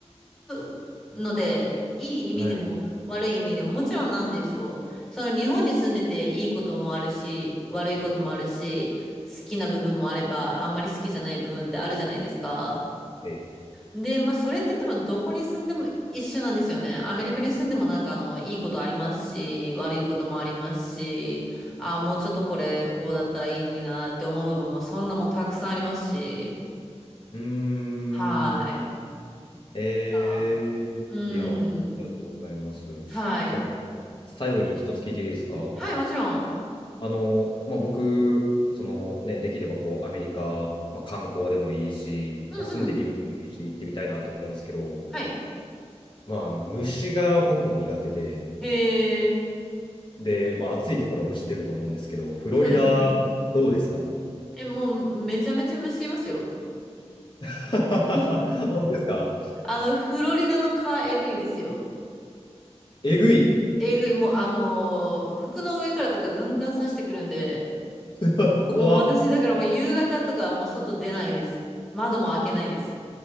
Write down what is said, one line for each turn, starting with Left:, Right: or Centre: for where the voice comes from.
Centre: うので、いい意味でも悪い意味でも、
Left: はい。
Centre: もちろんなんでしょう。その日本に住んでていいこともあるし、悪いこともあるし、好きな部分もあれば、あんまり好きじゃない部分ってあるじゃないですか。
Left: はい。
Centre: で、まあ、それって多分どこに住んでも一緒なんですよね。アメリカに住んでもなんかあの、いいことありますし、悪いこともありますし、ああ、もうちょっとこれ、こうだったらいいのになって思う部分もそんなもんたくさんありますし、
Left: うーん。
Centre: はい。
Left: えー、
Centre: あうん。
Left: いや、ありがとうございます。
Centre: はい。
Left: その、最後に一つ聞いていいですか
Centre: はい、もちろん。
Left: あの、まあ、僕、そのね、できればこう、アメリカ、まあ、観光でもいいし、
Centre: うんうん。
Left: まあ、住んでみるのもいいし、行ってみたいなと思うんですけど、
Centre: はい。
Left: まあ、虫が僕苦手で、
Centre: へえ。
Left: で、まあ、暑いところは虫出ると思うんですけど、フロリダ、
Centre: そうですね。
Left: どうですか
Centre: え、もうめちゃめちゃ虫いますよ。
Left: <laughs>
Centre: <laughs>
Left: 本当ですか
Centre: あの、フロリダの蚊えぐいですよ。
Left: えぐい。
Centre: えぐい、もうあのー服の上からとかガンガン刺してくるんで、
Left: <laughs> 怖っ。
Centre: もう私、だからもう夕方とかはもう外出ないです。窓も開けないです。